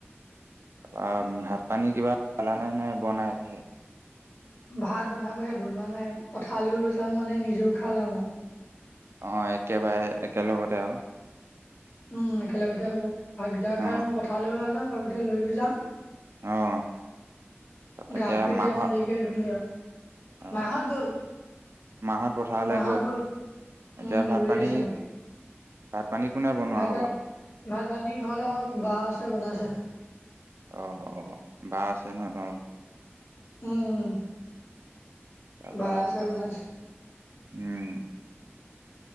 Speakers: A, on the right (about 70°); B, on the left (about 65°).
A: তাৰপা ভাত পানী কিবা খালানে নে বনাইছেহে?
B: ভাত বনাবহে বনোৱা নাই পথাৰলৈও লৈ যাম মানে নিজেও খাই যাম অ'।
A: অ', একেবাৰে একেলগতে আৰু।
B: উম, একেলগতে হ'ব, ভাতকিটা
A: অ
B: খাই মই পথাৰলৈ ওলাই যাম লগতে লৈয়ো যাম।
A: অ'। তাৰপৰা
B: গাটো এতিয়া
A: মাহত
B: অকণমান দেৰিক ধুমগৈ আৰু,
A: অ
B: মাহঁত গ'ল।
A: মাহত পথাৰলৈ
B: মাহঁত গ'ল, উ,
A: এতিয়া ভাত
B: ৰুই
A: পানী
B: আছে মাটি।
A: ভাত পানী কোনে বনোৱা
B: ভাগৱানী
A: হ'ব
B: ভাগৱানীৰ ঘৰ ব আছে বনাইছে
A: অ', অ', বা আছে নহ তম
B: উম,
A: তাৰপৰা
B: বা আছে, বনাইছে।
A: উম